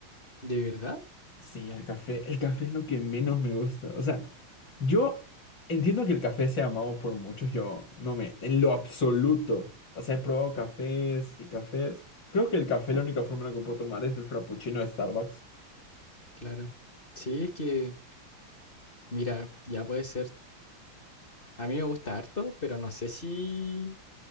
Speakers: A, on the left; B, on the left.
A: ¿de verdad?
B: Sí, el café, el café es lo que menos me gusta. O sea, yo entiendo que el café sea amado por muchos, yo no me, en lo absoluto. O sea, he probado cafés y cafés. Creo que el café, la única forma en la que puedo tomar es del frappuccino de Starbucks.
A: Claro. Sí, es que, mira, ya puede ser, a mí me gusta harto, pero no sé si